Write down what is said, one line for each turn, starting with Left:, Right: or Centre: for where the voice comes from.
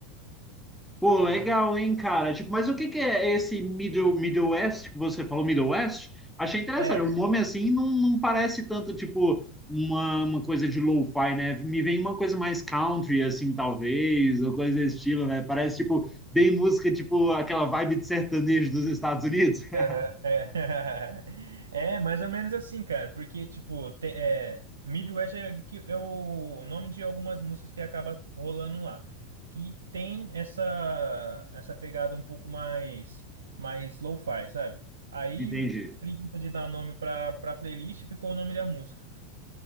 Centre: Pô, legal, hein, cara? Tipo, mas o que que é esse Middle, Middle West que você falou, Middle West? Achei interessante.
Right: É,
Centre: O nome assim não, não parece tanto, tipo, uma, uma coisa de lo-fi, né? Me vem uma coisa mais country, assim, talvez, ou coisa desse estilo, né? Parece, tipo, bem música, tipo, aquela vibe de sertanejo dos Estados Unidos. <laughs>
Right: Aham, É. <laughs> É, mais ou menos assim, cara, porque, tipo, tem, é, Midwest é, que- é o nome de algumas músicas que acaba rolando lá, que tem essa essa pegada um pouco mais mais lo-fi, sabe? Aí,
Centre: Entendi.
Right: preguiça de dar nome pra, pra playlist, ficou o nome da música.